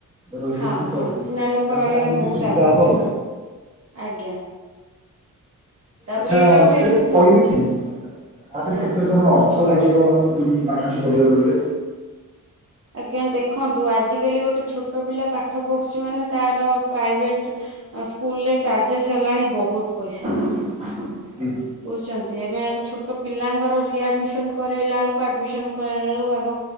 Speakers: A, on the right (about 20°); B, on the right (about 45°).
A: ରହିଛି
B: ହଁ ହଁ
A: ତ ଯା
B: ଚିହ୍ନା ଲୋକ ରହିବା
A: ଆମକୁ
B: ବହୁତ
A: ଟିକେ ସୁବିଧା
B: ଆବଶ୍ୟକ
A: ହବ।
B: ଆଜ୍ଞା। ତାପରେ
A: ଆଚ୍ଛା
B: ଏଇଟା ଗୋଟେ
A: ମତେ
B: ଏମିତି
A: ଟିକେ କହିବି କି ଆ ପାଇଁ
B: ହଁ।
A: କେତ କଣ ଅ <unintelligible> ଲାଗିବ ପାଠଟି ପଢ଼ିବାକୁ ଗଲେ।
B: ଆଜ୍ଞା ଦେଖନ୍ତୁ ଆଜିକାଲି ଗୋଟେ ଛୋଟ ପିଲା ପାଠ ପଢୁଛି ମାନେ ତାର ପ୍ରାଇଭେଟ ଆଉ ସ୍କୁଲ ରେ ଚାର୍ଜେସ୍ ହେଲାଣି ବହୁତ ପଇସା।
A: ହୁଁ।
B: ବୁଛନ୍ତି ଏବେ ଏବେ ଛୋଟ ପିଲାଙ୍କର ରିଆଡମିସନ କରାଇଲା ବେଳକୁ ଆଡମିସନ କରାଇଲା ଏଳକୁ ଆଗ